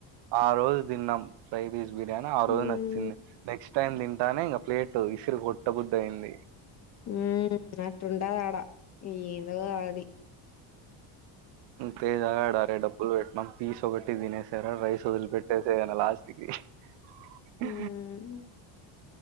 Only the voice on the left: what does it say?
హ్మ్.
మ్మ్ అట్లుంటాది ఆడ ఏందో అది
హ్మ్